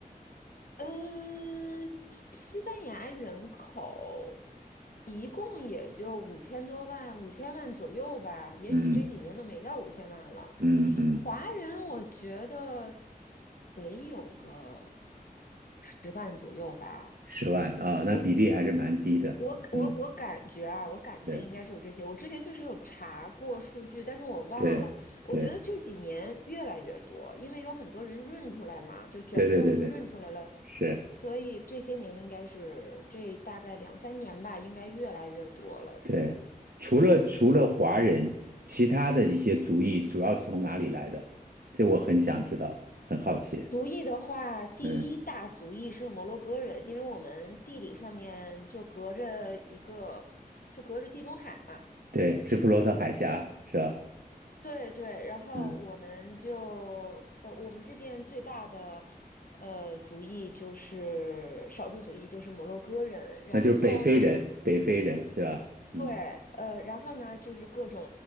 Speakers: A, on the left (about 65°); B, on the right (about 75°).
A: 嗯，西班牙人口一共也就五千多万，五千万左右吧，也许这几年都没到五千万了。
B: 嗯嗯嗯，
A: 华人我觉得得有个十万左右吧。
B: 十万啊，那比例还是蛮低的。
A: 我。我我我感觉啊，
B: 嗯，
A: 我感觉应该是有这些。
B: 对
A: 我之前确实有查过数据，但是我忘了。
B: 对对
A: 我觉得这几年越来越多，因为有很多人润出来嘛，就卷不动就润出来了，
B: 对对对对，是，
A: 所以这些年应该是这大概两三年吧，应该越来越多了。
B: 对。
A: 对，
B: 除了除了华人，其他的一些族裔主要是从哪里来的？这我很想知道，很好奇。
A: 族裔的话，第一大族裔是摩洛哥人，
B: 嗯。
A: 因为我们地理上面就隔着一个，就隔着地中海嘛。
B: 对，直布罗陀海峡是吧？
A: 对对，然后我们就呃，
B: 嗯，
A: 我们这边最大的呃族裔就是少数族裔，就是摩洛哥人。然后呢，
B: 那就是北非人，北非人是吧？嗯
A: 对，呃，然后呢，就是各种